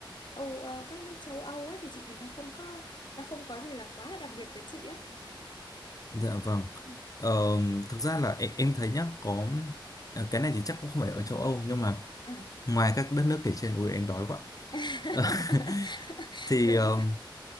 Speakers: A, on the left (about 60°); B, on the left (about 45°).
A: Âu ờ, các nước châu Âu á thì chị thấy nó không có nó không có gì là quá là đặc biệt với chị á.
B: Dạ vâng.
A: Ừ.
B: Ờ, thực ra là em, em thấy nhá, có ờ, cái này thì chắc cũng không phải ở châu Âu nhưng mà
A: À.
B: ngoài các đất nước kể trên, ui em đói quá.
A: <laughs>
B: <laughs> thì
A: Đúng.
B: ờm,